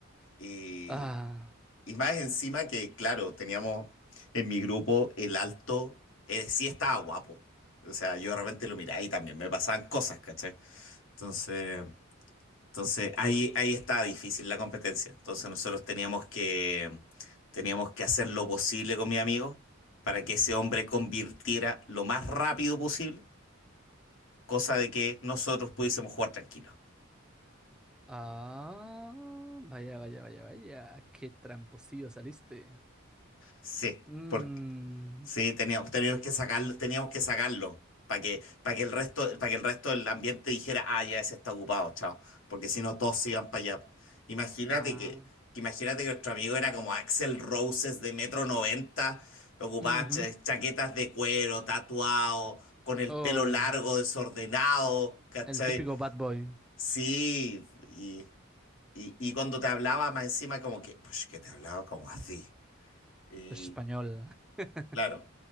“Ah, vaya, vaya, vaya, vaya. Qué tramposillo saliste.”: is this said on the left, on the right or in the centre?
Centre